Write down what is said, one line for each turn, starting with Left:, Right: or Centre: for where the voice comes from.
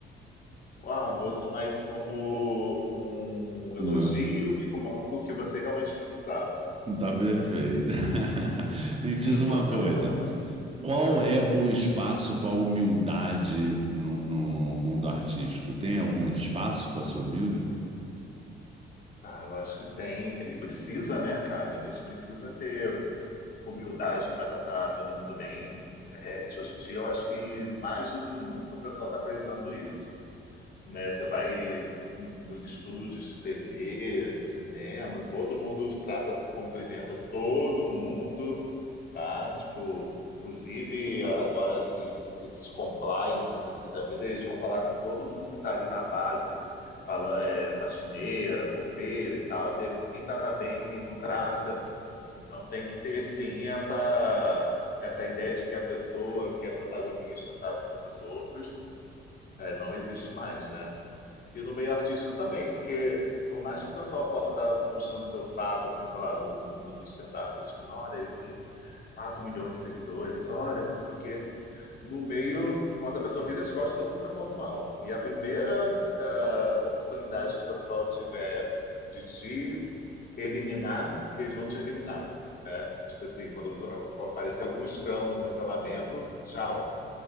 Left: Ah, vou tomar isso como um elogio
Right: Hum, eh,
Left: e como algo que você realmente precisava.
Right: Tá perfeito. <laughs> Me
Left: <laughs>
Right: diz uma coisa: qual é o espaço para humildade no, no mundo artístico? Tem algum espaço para ser humilde?
Left: Ah, eu acho que tem, tem- e precisa, né, cara? A gente precisa ter humildade para tratar todo mundo bem no set. Hoje em dia, eu acho que mais do que nunca o pessoal está prezando isso, né? Você vai nos estúdios de TV, cinema, todo mundo trata, cumprimenta todo mundo. tá? Tipo, inclusive agora esses, esses compliances assim, da vida, eles vão falar com todo mundo que está ali na base, fala, é, faxineira, copeira e tal, e pergunta quem trata bem, quem não trata. Então tem que ter sim essa essa ideia de que a pessoa que é protagonista está acima dos outros, é, não existe mais, né? E no meio artístico também, porque por mais que o pessoal possa estar puxando seu saco, assim, sei lá, no mundo do stand-up, eles falam, olha, ele tem 4 milhões de seguidores, olha, que não sei o quê. No meio, quando a pessoa vira as costas, todo mundo tá falando mal. E a primeira ah, oportunidade que o pessoal tiver de te eliminar, eles vão te eliminar, né? Tipo assim, quando aparecer algum escândalo, cancelamento, tchau,